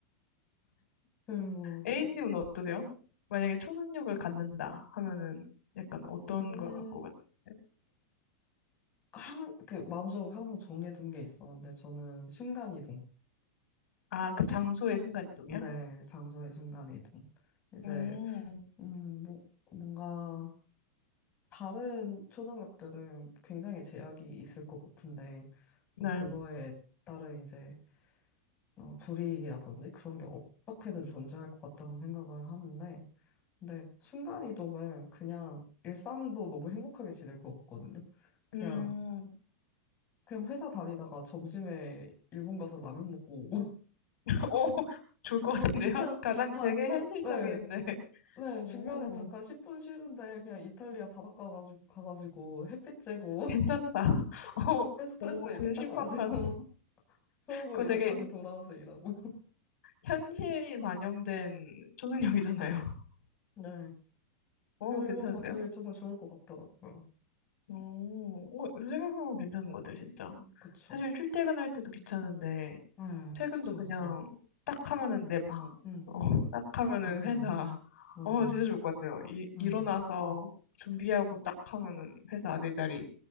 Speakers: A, on the left; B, on the left.
A: 그리고
B: A님은 어떠세요? 만약에 초능력을 갖는다 하면은 약간 어떤
A: 오늘
B: 걸 갖고 가세요?
A: 항, 그 마음속으로 항상 정해둔 게 있었는데 저는 순간이동.
B: 아, 그 장소의 순간이동이요?
A: 네, 장소의 순간이동. 이제
B: 음,
A: 음, 뭐 뭔가 다른 초능력들은 굉장히 제약이 있을 것 같은데
B: 네.
A: 뭐 그거에 따른 이제 어, 불이익이라든지 그런 게 어떻게든 존재할 것 같다는 생각을 하는데 근데 순간이동은 그냥 일상도 너무 행복하게 지낼 것 같거든요. 그냥
B: 음,
A: 그냥 회사 다니다가 점심에 일본 가서 라면 먹고 오고
B: <laughs> 오, 좋을 것 같은데요? <laughs>
A: 그냥
B: 가장
A: 바,
B: 되게
A: 자,
B: 현실적인데.
A: 네, 네,
B: 오,
A: 중간에 잠깐 10분 쉬는데 그냥 이탈리아 바닷가 가지고, 가가지고 햇빛 쬐고
B: 괜찮다. <laughs>
A: <laughs>
B: 오,
A: 에스프레소
B: 오,
A: 이렇게
B: 진짜
A: 딱
B: 신박한.
A: 마시고 <laughs> 그러고
B: 그거
A: 이제
B: 되게
A: 다시 돌아와서 일하고.
B: 현실이 반영된 초능력이잖아요. <laughs>
A: 네,
B: 오,
A: 그런
B: 괜찮은데요?
A: 것들이 정말 좋을 것 같더라고요.
B: 오, 오, 생각해보면 괜찮은 것 같아요, 진짜.
A: 그쵸.
B: 사실 출퇴근할 때도 귀찮은데,
A: 네,
B: 퇴근도
A: 그쵸,
B: 그냥
A: 그쵸.
B: 딱 하면은 내 방,
A: 음,
B: 어, <laughs> 딱 하면은
A: 맞아요.
B: 회사.
A: 맞아요.
B: 어, 진짜 좋을 것 같아요. 이,
A: 네,
B: 일어나서 준비하고 딱 하면은 회사 내 자리.